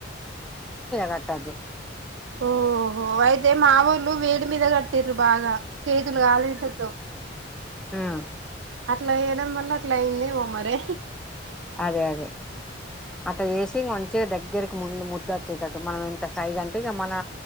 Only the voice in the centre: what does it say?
కట్టద్దు
ఆహ్
అదే అదే. అట్లా చేసి మంచిగా దగ్గరికి ముందు ముద్ద వచ్చేటట్టు మనం ఎంత సైజ్ అంటే ఇగ మన